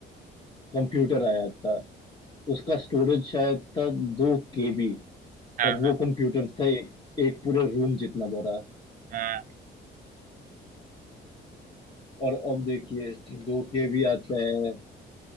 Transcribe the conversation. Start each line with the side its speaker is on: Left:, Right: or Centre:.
Left: कंप्यूटर आया था उसका स्टोरेज शायद था दो केबी
Right: हाँ
Left: और
Right: हाँ
Left: वो कंप्यूटर था एक, एक पूरे रूम जितना बड़ा
Right: हाँ
Left: और अब देखिए दो केबी आता है